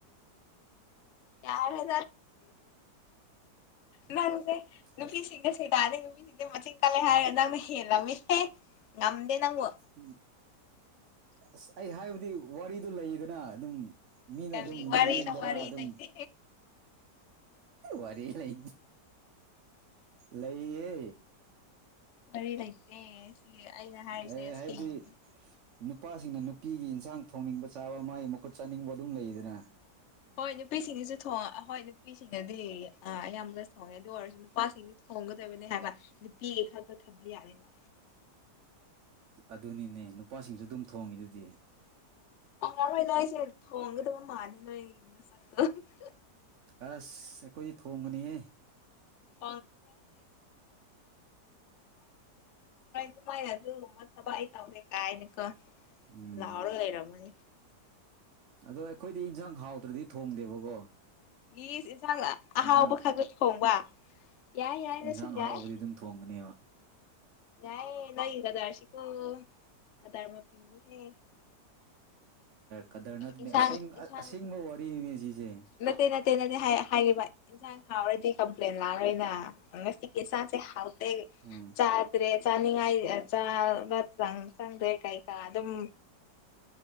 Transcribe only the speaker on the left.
ꯌꯥꯔꯦꯗꯥ ꯅꯪꯁꯦ ꯅꯨꯄꯤ
ꯁꯦꯡꯅ ꯁꯦꯡ ꯇꯥꯗꯩ ꯅꯨꯄꯤꯁꯤꯡꯗꯤ ꯃꯆꯤꯟ ꯀꯜꯂꯦ ꯍꯥꯏꯔꯒ ꯅꯪꯅ ꯍꯦꯜꯂꯝꯃꯤꯁꯦ ꯉꯝꯗꯦ ꯅꯪꯕꯨ
ꯀꯔꯤ
ꯋꯥꯔꯤꯅꯣ
ꯋꯥꯔꯤ
ꯂꯩꯇꯦ
ꯋꯥꯔꯤ ꯂꯩꯇꯦ ꯁꯤ ꯑꯩꯅ ꯍꯥꯏꯔꯤꯁꯦ
ꯑꯁꯦꯡꯕꯅꯦ
ꯍꯣꯏ ꯅꯨꯄꯤꯁꯤꯡꯅꯁꯨ ꯊꯣꯡ ꯍꯣꯏ ꯅꯨꯄꯤꯁꯤꯡꯅꯗꯤ ꯑꯌꯥꯝꯕ ꯍꯣꯏ ꯑꯗꯨ ꯑꯣꯏꯔꯁꯨ ꯅꯨꯄꯥꯁꯤꯡꯁꯨ ꯊꯣꯡꯒꯗꯕꯅꯤ ꯍꯥꯏꯕ ꯅꯨꯄꯤꯒꯤ ꯈꯛꯇ ꯊꯝꯕ ꯌꯥꯗꯦꯕ
<unintelligible>
<unintelligible> ꯁꯨꯃꯥꯏꯅ ꯑꯗꯨꯒꯨꯝꯕ ꯊꯕꯛ ꯑꯩ ꯇꯧꯗꯦ ꯀꯥꯏꯅꯀꯣ
ꯂꯥꯎꯔꯒ ꯂꯩꯔꯝꯒꯅꯤ
ꯏꯁ ꯏꯟꯁꯥꯡ ꯑꯍꯥꯎꯕ
ꯈꯂꯒ ꯊꯣꯡꯕ ꯌꯥꯏ ꯌꯥꯏ
ꯅꯪꯁꯨ ꯌꯥꯏ
ꯌꯥꯏꯌꯦ ꯅꯪ ꯀꯗꯥꯔꯁꯤꯀꯣ ꯀꯗꯥꯔ ꯃꯄꯤꯅꯦꯍꯦ
ꯏꯟꯁꯥꯡ
ꯏꯟꯁꯥꯡ
ꯅꯠꯇꯦ ꯅꯠꯇꯦ ꯅꯗꯤ ꯍꯥꯏ ꯍꯥꯏꯕ ꯍꯥꯎꯔꯗꯤ ꯀꯝꯄ꯭ꯂꯦꯟ ꯂꯥꯛꯑꯔꯣꯏꯅ ꯉꯁꯤꯒꯤ ꯆꯥꯛꯁꯦ ꯍꯥꯎꯇ
ꯆꯥꯛ ꯆ꯭ꯔꯦ ꯆꯥꯅꯤꯡꯉꯥꯏ ꯆꯥꯕ ꯆꯥꯡ ꯈꯪꯗ꯭ꯔꯦ ꯀꯩꯀꯥ ꯑꯗꯨꯝ